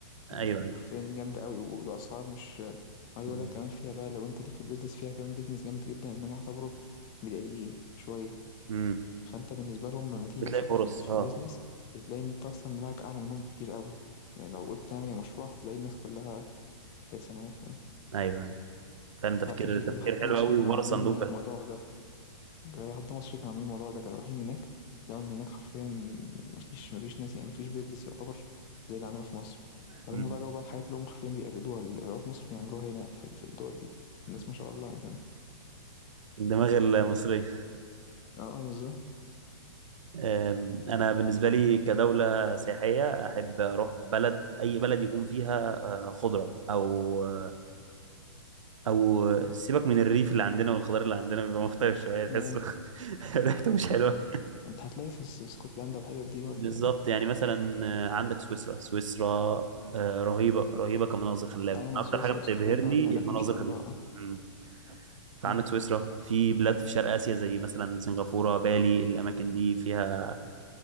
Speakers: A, on the left (about 25°); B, on the right (about 85°).
A: يعني
B: آه، أيوه أيوه
A: حرفيا جامدة قوي والأسعار مش عايز
B: مم.
A: أقول لك كمان فيها بقى لو أنت ليك في البيزنس فيها كمان بيزنس جامد جدا إن هم يعتبروا بدائيين شوية
B: مم.
A: فأنت بالنسبة لهم لما تيجي
B: بتلاقي
A: تفكر
B: فرص
A: في في
B: أه
A: بيزنس بتلاقي إن أنت أصلا دماغك أعلى منهم بكتير قوي يعني لو قلت تعمل يا مشروع هتلاقي الناس كلها ليس معاك فاهم؟
B: أيوه أيوه فعلا تفكير
A: حتى في كذا
B: تفكير
A: حد
B: حلو
A: مصري
B: أوي
A: كانوا
B: وبره
A: عاملين
B: الصندوق
A: الموضوع
B: فعلا
A: ده لحد ما مصر كانوا عاملين الموضوع ده كانوا رايحين هناك لقوا ان هناك حرفيا مفيش مفيش ناس يعني مفيش بيزنس يعتبر زي اللي عندنا في مصر فهم
B: مم.
A: بدأوا بقى الحاجات اللي هم حرفيا بيقلدوها اللي بقوا في مصر بيعملوها هنا في في الدول دي الناس
B: مم.
A: ما شاء الله يعني فاهم؟
B: الدماغ المصرية
A: اه بالظبط
B: أم، أنا بالنسبة لي كدولة سياحية أحب أروح بلد أي بلد يكون فيها آه، خضرة أو آه، أو سيبك من الريف اللي عندنا والخضار اللي عندنا بيبقى مختلف شوية تحسه
A: اه
B: <laughs> ريحته مش حلوة
A: انت هتلاقي في اس- في اسكتلندا والحتت دي برضه
B: بالظبط
A: يعني.
B: يعني مثلا آه، عندك سويسرا سويسرا آه، رهيبة رهيبة كمناظر خلابة
A: ايوه
B: أنا
A: مع
B: أكتر
A: سويسرا
B: حاجة بتبهرني
A: واسكتلندا اه اللي هناك
B: المناظر
A: ما شاء
B: الخلابة
A: الله اه
B: مم. فعندك
A: آه.
B: سويسرا في بلاد في شرق آسيا زي مثلا سنغافورة بالي الأماكن دي فيها